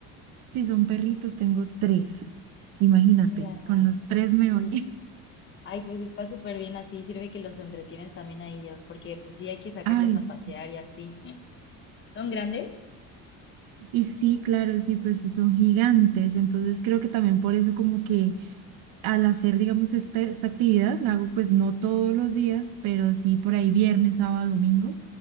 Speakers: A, on the right; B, on the left.
A: Si son perritos, tengo tres. Imagínate,
B: Ala,
A: con los tres
B: sí.
A: me voy.
B: Ay, pues está súper bien así. Sirve que los entretienes también a ellos, porque pues sí hay que sacarlos
A: <laughs> Ay,
B: a
A: s-
B: pasear y así. <laughs> ¿Son grandes?
A: y sí, claro, sí, pues son gigantes, entonces creo que también por eso como que al hacer, digamos, este, esta actividad, la hago pues no todos los días, pero sí por ahí viernes, sábado, domingo.